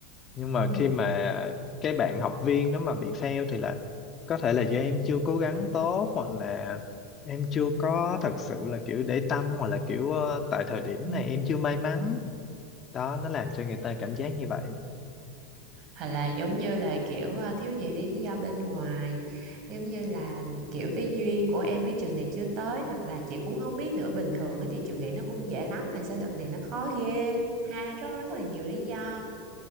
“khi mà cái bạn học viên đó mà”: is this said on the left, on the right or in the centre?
Left